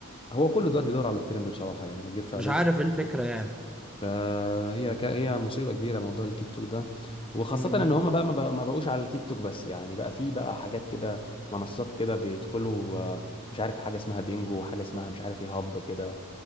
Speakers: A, on the left; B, in the centre.
A: هو كله دلوقتي بيدور على الترند بصراحه يعني ما اكذبش عليك
B: مش عارف ايه الفكره يعني
A: فهي ك... هي مصيبة كبيرة موضوع التيك توك ده وخاصة
B: م- م-
A: ان هم بقى ما, بقى ما بقوش على التيك توك بس يعني بقى في بقى حاجات كده منصات كده بيدخلوا آه، مش عارف حاجة اسمها بينجو وحاجة اسمها مش عارف ايه هب كده